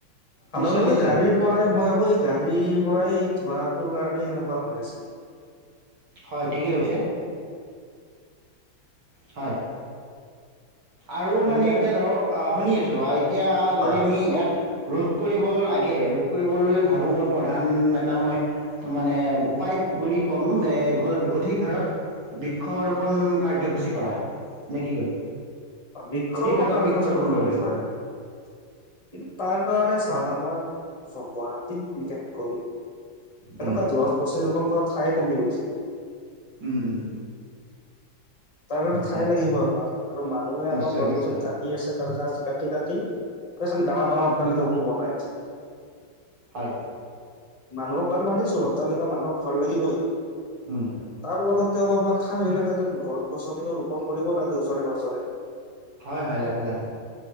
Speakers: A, on the left; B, on the right.
A: সাধাৰণতে
B: নিশ্চয় নিশ্চয়
A: গাড়ীৰ পৰাই মই ভাবো এই গাড়ীৰ পৰাই ধোৱাটোৰ কাৰণে এনেকোৱা হৈ আছে
B: হয় ঠিকেই কৈছে। হয়। আৰু
A: শুনিছেনে?
B: মানে এতিয়া ধৰক আহ শুনি আছো এতিয়া
A: হয়
B: যদি
A: হয়।
B: আমি
A: কওক।
B: ইয়াত ৰ'দ। ৰোধ কৰিব লাগে ৰোধ কৰিবলৈ ভাবো মই এ প্ৰধান এটা মই মানে উপায় বুলি কম এই গল অধিক হাৰত বৃক্ষৰোপণ কাৰ্যসূচী কৰা। নে কি কয়?
A: বৃক্ষ
B: অধিক
A: ৰোপন
B: হাৰত
A: কাৰ্য
B: বৃক্ষৰোপণ
A: আছে হয়
B: কৰিব লাগিব
A: হয়। কিন্তু তাৰ কাৰণে চাওক আমাৰ চ গুৱাহাটীত বিশেষকৈ
B: উম
A: এনেকোৱা গছ গছনি ৰূপন কৰা ঠাই কমি গৈছে।
B: উম উম।
A: তাৰ কাৰণে ঠাই
B: হয়
A: লাগিব আমাক আৰু মানুহে অকল
B: নিশ্চয়
A: গছ
B: নিশ্চয়
A: গছনি কাটি আছে। ক কাটি কাটি ত খালি ডাঙৰ ডাঙৰ অট্টালিকা ৰুম বনাই আছো।
B: হয়।
A: মানুহক বাৰু মানিছো অট্টালিকা মানুহক ঘৰ লাগিবই
B: উম
A: তাৰ লগতে অলপমান। খাই পেলাই তাতে গছ গছনিও ৰোপন কৰিব লাগে ওচৰে পাজৰে।
B: হয় হয় লাগে লাগে।